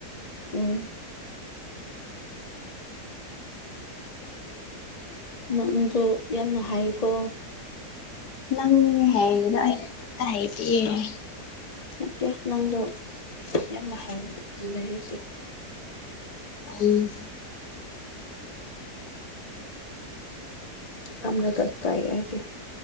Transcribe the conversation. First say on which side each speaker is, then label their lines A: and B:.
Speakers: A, on the left; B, on the left.
A: ꯎꯝ ꯅꯗꯣ ꯌꯥꯝꯅ ꯍꯥꯏꯀꯣ
B: ꯅꯪꯃꯤꯅꯦ ꯍꯥꯏꯗ‌ꯣ ꯍꯥꯏꯗꯤꯌ‌ꯦ
A: ꯅꯠꯇꯦ ꯅꯪꯗꯣ ꯌꯥꯝꯅꯥ ꯍꯥꯏ ꯂꯩꯔꯤ
B: ꯎꯝ
A: ꯌꯥꯝꯅ ꯀꯥꯏ ꯀꯥꯏ ꯍꯥꯏꯗꯤ